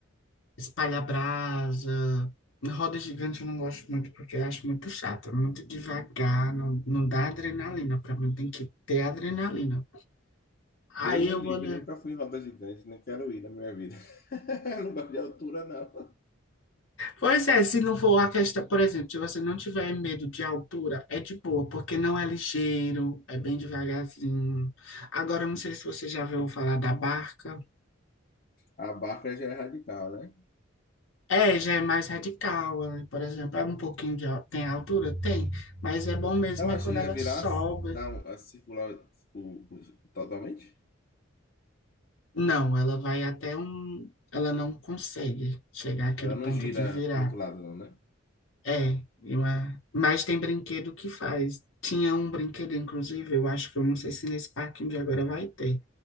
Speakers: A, on the left (about 75°); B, on the left (about 45°).
A: espalha brasa. Roda gigante eu não gosto muito porque eu acho muito chato, é muito devagar, não, não dá adrenalina. Para mim tem que ter adrenalina. Aí
B: Deus me
A: eu
B: livre,
A: vou ler.
B: nunca fui em roda gigante, não quero ir na minha vida. <laughs> Não gosto de altura, não.
A: Pois é, se não for a questão, por exemplo, se você não tiver medo de altura, é de boa, porque não é ligeiro, é bem devagarzinho. Agora, eu não sei se você já viu falar da barca.
B: A barca já é radical, né?
A: É, já é mais radical, né? Por exemplo, é um pouquinho de, al- tem altura? Tem, mas é bom mesmo
B: Ela
A: é quando
B: chega
A: ela
B: a virar,
A: sobe.
B: dar a circular o, o- totalmente?
A: Não, ela vai até um. Ela não consegue chegar àquele
B: Ela
A: ponto
B: não gira
A: de virar.
B: pro outro lado, não, né?
A: É, eu, a- mas tem brinquedo que faz. Tinha um brinquedo, inclusive, eu acho que eu não sei se nesse parquinho de agora vai ter,